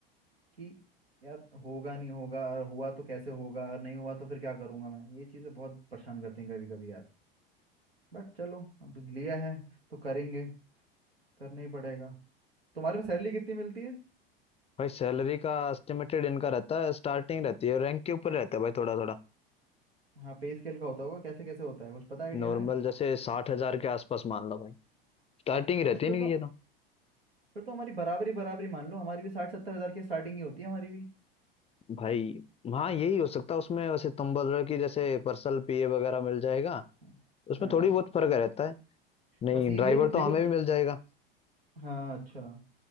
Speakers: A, on the right (about 85°); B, on the left (about 20°).
A: कि यार होगा नहीं होगा और हुआ तो कैसे होगा और नहीं हुआ तो फिर क्या करूंगा मैं ये चीज़ें बहुत परेशान करती हैं कभी कभी यार बट चलो अब लिया है तो करेंगे करना ही पड़ेगा तुम्हारे में सैलरी कितनी मिलती है
B: भाई सैलरी का एस्टिमेटेड इनका रहता है स्टार्टिंग रहती है रैंक के ऊपर रहता है भाई थोड़ा थोड़ा
A: हाँ पे स्केल का होता होगा कैसे कैसे होता है कुछ पता आइडिया
B: नॉर्मल
A: है
B: जैसे साठ हजार के आसपास मान लो भाई स्टार्टिंग रहती
A: तो फिर
B: नहीं
A: तो
B: ये ना
A: फिर तो हमारी बराबरी बराबरी मान लो हमारी भी साठ सत्तर हज़ार की स्टार्टिंग ही होती है हमारी भी
B: भाई हाँ यही हो सकता है उसमें वैसे तुम बोल रहे हो कि जैसे पर्सनल पीए वगैरह मिल जाएगा
A: हाँ
B: उसमें
A: हाँ,
B: थोड़ी बहुत फर्क रहता है नहीं
A: बस ये
B: ड्राइवर
A: ये देखो
B: तो हमें
A: ये,
B: भी मिल जाएगा
A: हाँ अच्छा